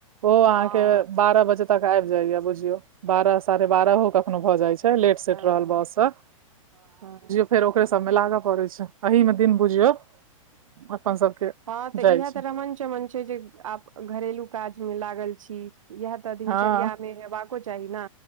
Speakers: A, on the right; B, on the right.
A: ओ अहाँ
B: हँ
A: के बारह बजे तक आब जाया बुझियो बारह साढ़े बारहहो कखनो भए जाय छै लेट सेट
B: हँ
A: रहल बउआ सब
B: हँ
A: फेर बुझियो मे लागऽ पड़ै छै ओहिमे दिन बुझियो अपन सबके
B: हँ तऽ
A: जाइ
B: इएह
A: छै
B: तऽ रमन चमन छै जे आप घरेलू काज मे लागल छी इएह तऽ दिनचर्या
A: हँ
B: मे हेबाको चाही ने